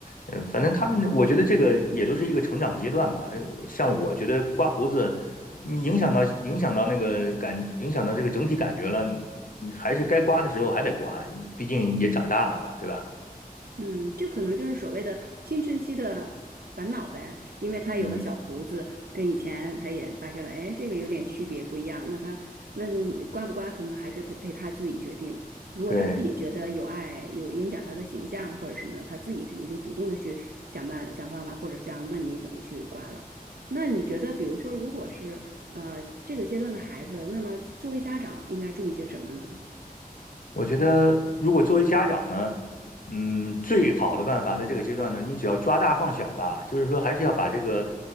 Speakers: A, on the left; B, on the right.
A: 嗯，反正他们，我觉得这个也都是一个成长阶段吧。他像我觉得刮胡子，你影响到影响到那个感，影响到这个整体感觉了，你还是该刮的时候还得刮，毕竟也长大了嘛，对吧？
B: 嗯，这可能就是所谓的青春期的烦恼呗，因为他有了小胡子，
A: 嗯，
B: 跟以前他也发现了，哎，这个有点区别不一样。那他那刮不刮，可能还是得得他自己决定。如果他自己觉得有碍，
A: 对，
B: 有影响他的形象或者什么的，他自己肯定就主动的去想办想方法，或者想问你怎么去刮了。那你觉得，比如说，如果是呃这个阶段的孩子，那么作为家长应该注意些什么呢？
A: 我觉得，如果作为家长呢，嗯，最好的办法在这个阶段呢，你只要抓大放小吧，就是说还是要把这个，